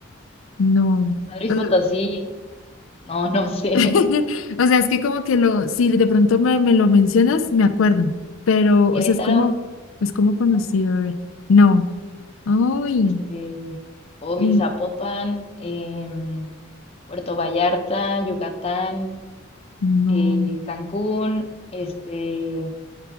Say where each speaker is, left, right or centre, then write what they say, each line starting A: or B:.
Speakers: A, on the left; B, on the left.
A: no.
B: San Luis
A: Ugh.
B: Potosí, no, <laughs> no sé,
A: <laughs> O sea, es que como que lo, si de pronto me, me lo mencionas, me acuerdo. Pero,
B: Querétaro.
A: o sea, es como, es como conocido,
B: no.
A: a ver. No. Ay,
B: este, hoy
A: y-
B: Zapopan, em, Puerto Vallarta, Yucatán,
A: no.
B: eh, Cancún, este,